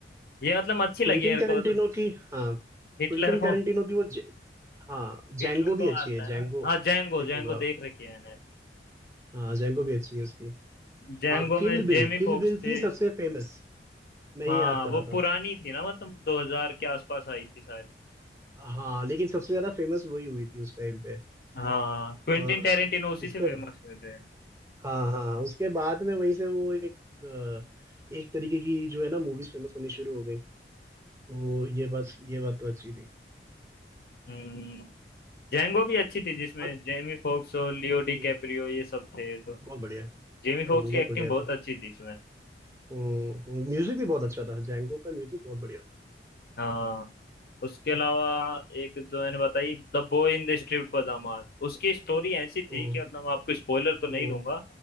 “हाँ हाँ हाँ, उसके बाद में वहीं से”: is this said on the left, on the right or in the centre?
Right